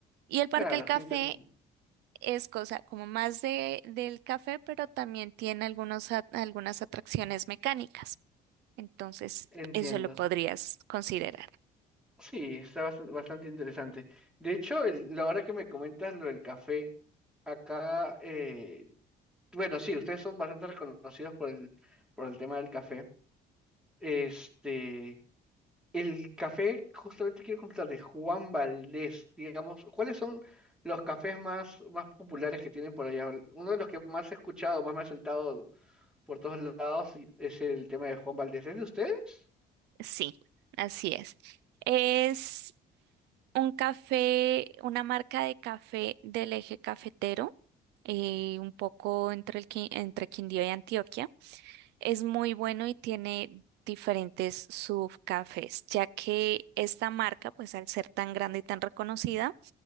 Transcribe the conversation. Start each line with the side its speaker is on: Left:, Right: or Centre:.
Right: Y el Parque
Centre: claro,
Right: del Café
Centre: qué inter-
Right: es cosa como más de, del café, pero también tiene algunos, a- algunas atracciones mecánicas. Entonces,
Centre: entiendo.
Right: eso lo podrías considerar.
Centre: Sí, está bast- bastante interesante. De hecho, el- la hora que me comentas lo del café, acá, eh, bueno, sí, ustedes son bastante reconocidos por el, por el tema del café. Este, el café, justamente quiero contar de Juan Valdés, digamos, ¿cuáles son los cafés más, más populares que tienen por allá? Uno de los que más he escuchado, más me ha saltado por todos lados y- es el tema de Juan Valdés. ¿Es de ustedes?
Right: Sí, así es. Es un café, una marca de café del eje cafetero, eh, un poco entre el, Qui- entre Quindío y Antioquia. Es muy bueno y tiene diferentes subcafés, ya que esta marca, pues al ser tan grande y tan reconocida,